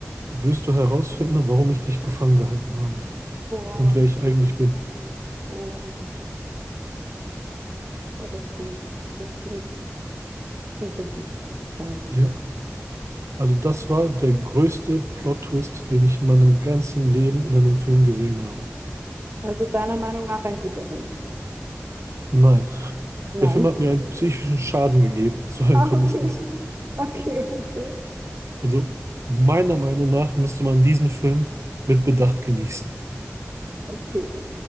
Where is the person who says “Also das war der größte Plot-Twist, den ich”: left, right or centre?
Right